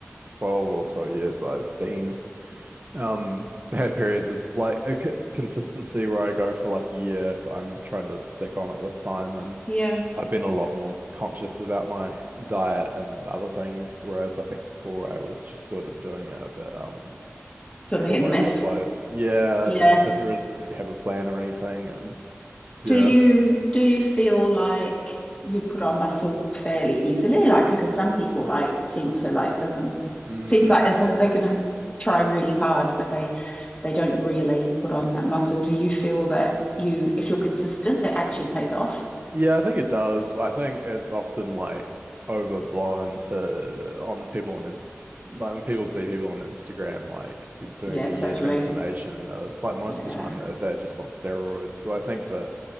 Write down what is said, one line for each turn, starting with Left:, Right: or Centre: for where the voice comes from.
Right: 12 or so years, I've been um had periods of like a c consistency where I go for like a year, but I'm trying to stick on it this time, and
Left: Yeah.
Right: I've been a lot more conscious about my diet and other things, whereas I think before I was just sort of doing it a bit um
Left: Sort of hit
Right: all
Left: and
Right: over
Left: miss.
Right: the place. Yeah,
Left: Yeah.
Right: just didn't really have a plan or anything. And yes,
Left: Do you do you feel like you put on muscle fairly easily? Like because some people like seem to like doesn't
Right: mm,
Left: seems like they can try really hard, but they they don't really put on that muscle. Do you feel that you if you're consistent that actually pays off?
Right: yeah, I think it does. I think it's often like overblown to on people and like when people see people on Instagram like doing
Left: Yeah,
Right: a
Left: totally.
Right: year transformation, uh, it's like most
Left: Yeah.
Right: of the time they're, they're just on steroids. So I think the